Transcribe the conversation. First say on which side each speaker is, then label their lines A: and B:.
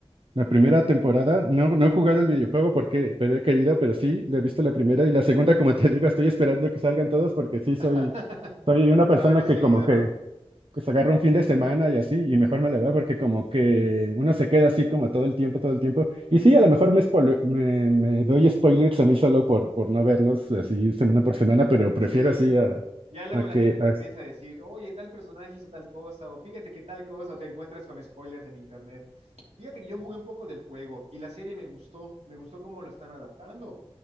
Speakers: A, on the right; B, on the right.
A: la primera temporada. No, no
B: Ujú.
A: he jugado el videojuego porque, pero he querido, pero sí, le he visto la primera y la segunda, como te digo, estoy esperando que salgan todos porque sí soy,
B: <laughs>
A: soy una
B: Para
A: persona
B: verlo
A: que
B: seguido,
A: como que
B: ¿no?
A: pues agarro un fin de semana y así, y mejor me la veo porque como que uno se queda así como todo el tiempo, todo el tiempo. Y sí, a lo mejor me, spoile- me, me doy spoilers a mí solo por, por no verlos así semana por semana, pero prefiero
B: Sí.
A: así a,
B: Ya luego
A: a
B: la
A: que...
B: gente te
A: a-
B: empieza a decir, oye, tal personaje hizo tal cosa, o fíjate que tal cosa, o te encuentras con spoilers en internet. Fíjate que yo jugué un poco del juego y la serie me gustó, me gustó cómo lo están adaptando.